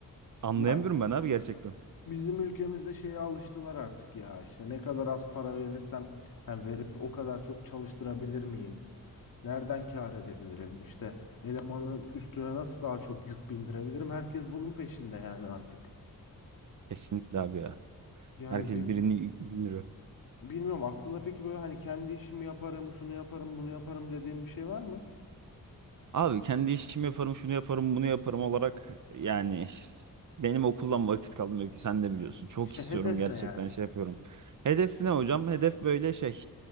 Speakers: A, on the right; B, on the left.
A: anlayamıyorum
B: Ya
A: ben abi gerçekten.
B: bizim ülkemizde şeye alıştılar artık ya. İşte ne kadar az para verirsem ha, verip o kadar çok çalıştırabilir miyim? Nereden kâr edebilirim? İşte elemanın üstüne nasıl daha çok yük bindirebilirim? Herkes bunun peşinde yani artık.
A: Kesinlikle abi ya.
B: Yani
A: Herkes
B: bir
A: birini yürüyor.
B: bilmiyorum aklında peki böyle hani kendi işimi yaparım, şunu yaparım, bunu yaparım dediğim bir şey var mı?
A: Abi kendi işimi yaparım, şunu yaparım, bunu yaparım olarak yani benim okuldan vakit kalmıyor ki sen de biliyorsun. Çok
B: İşte
A: istiyorum
B: hedef
A: gerçekten
B: ne yani?
A: şey yapıyorum. Hedef ne hocam? Hedef böyle şey.